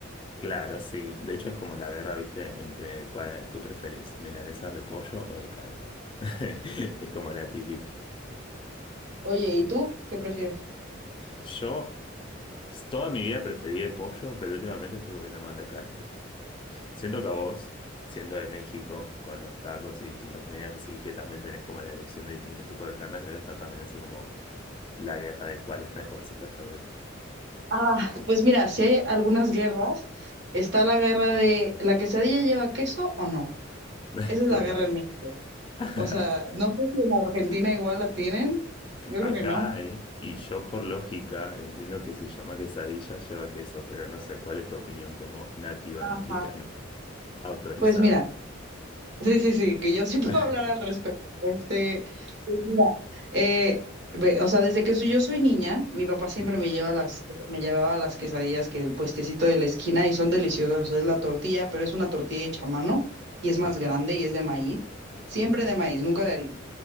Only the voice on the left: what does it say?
Claro, sí. De hecho es como la guerra, ¿viste? Entre cuál, qué preferís, milanesas de pollo o de carne. <laughs> Es como la típica.
Yo s- toda mi vida preferí de pollo, pero últimamente estoy comiendo más de carne. Siento que a vos, siendo de México, con los tacos y distintas comidas así, que también tenés como la elección de distintos tipos de carnes, debe estar también así como la guerra de cuál es mejor, supuestamente.
Sí.
<laughs>
Total.
<laughs>
Acá
hay, y yo por lógica entiendo que si se llama quesadilla lleva queso, pero no sé cuál es tu opinión como nativa
mexicana, autorizada.
<laughs>
Ujú.
Ajá,
ok.